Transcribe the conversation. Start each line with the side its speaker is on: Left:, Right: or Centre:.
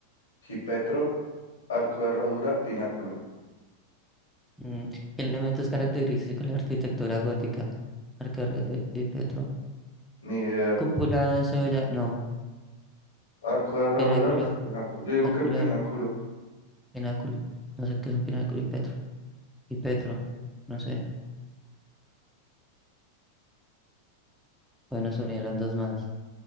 Left: jipetro, arco de herradura, pináculo.
Centre: Mm, Elementos característicos de la arquitectura gótica. Arcar- eh, eh, Petro.
Left: Ni idea.
Centre: Cúpula encebollada, no,
Left: Arco de herradura,
Centre: pináculo,
Left: pináculo. Yo digo
Centre: arcular,
Left: que pináculo.
Centre: pináculo. No sé qué es un pináculo y Petro. Y Petro, no sé. Bueno, se unieron dos más.